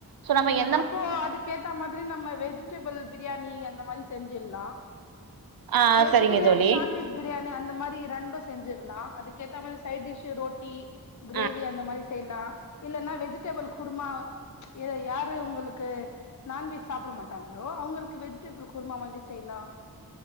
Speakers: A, on the right (about 70°); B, on the left (about 55°).
A: சோ நம்ம
B: அஹ
A: எந்த
B: அப்போ
A: மா
B: அதுக்கு ஏத்த மாதிரி நம்ம வெஜிடபிள் பிரியாணி அந்த மாதிரி செஞ்சிலா
A: ஆ
B: வெஜ்பிரியாணி
A: சரிங்க தோழி
B: நான் வெஜ் பிரியாணி அந்த மாதிரி ரெண்டும் செஞ்சிலா அதுக்கு ஏத்த மாதிரி சைடிஷ்சு ரொட்டி கிரேவி
A: ஆ
B: அந்த மாரி செய்லா இல்லன்னா வெஜிடபிள் குருமா இத யாரு உங்குளுக்கு நான்வெஜ் சாப்ட மாட்டாங்களோ அவுங்களுக்கு வெஜிடேபிள் குர்மா மாதிரி செய்யலா